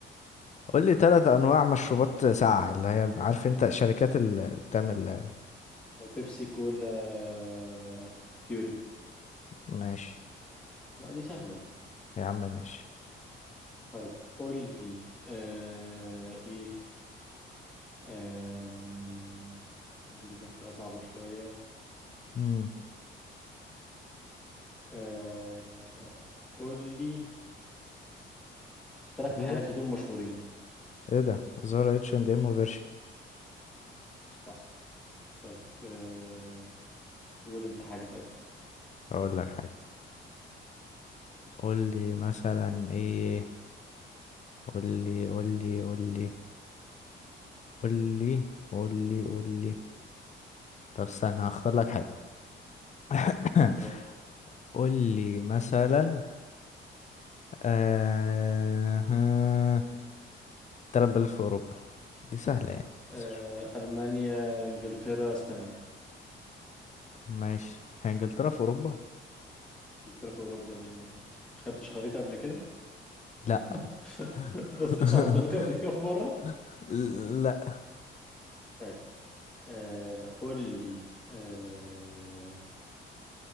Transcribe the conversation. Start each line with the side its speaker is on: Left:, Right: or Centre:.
Left: قول لي ثلاث انواع مشروبات ساقعه اللي هي عارف انت شركات اللي بتعمل
Centre: بيبسي كولا آه، فيوري
Left: ماشي
Centre: لا دي سهلة دي
Left: يا عم ماشي
Centre: طيب قول لي آه، إيه آم، عايز أجيب لك حاجة صعبة شوية
Left: امم
Centre: آه، قول لي ثلاث
Left: ايوه
Centre: محلات هدوم مشهورين
Left: ايه ده زارا اتش اند ام وبرشكا
Centre: صح طيب آه، قول أنت حاجة طيب
Left: اقول لك حاجه قول لي مثلا ايه قول لي قول لي قول لي قول لي قول لي قول لي طب استنى هختار لك حاجه <coughs>
Centre: يلا
Left: قول لي مثلا آه ها، تلات بلاد في اوروبا دي سهله يعني
Centre: آه،
Left: بس شو-
Centre: ألمانيا إنجلترا إسبانيا
Left: ماشي هي انجلترا في اوروبا
Centre: إنجلترا في أوروبا دي ما ما خدتش خريطة قبل كده
Left: لا
Centre: <laughs> ما
Left: <laughs>
Centre: بصيتش على الخريطة قبل كده في مرة
Left: لا
Centre: طيب آه، قول لي آه،